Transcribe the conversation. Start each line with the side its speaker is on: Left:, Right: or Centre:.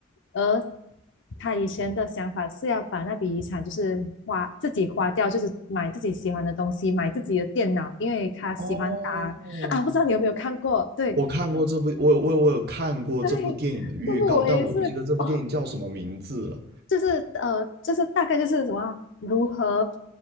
Left: 而她以前的想法是要把那笔遗产就是花自己花掉，就是买自己喜欢的东西，买自己的电脑，因为她喜欢打啊，
Right: 哦，
Left: 不知道你有没有看过？对
Right: 我看过这部，我我我有看过这部电影的预告，
Left: 对，那部我也是哦，
Right: 但我不记得这部电影叫什么名字了。
Left: 就是呃，就是大概就是什么如何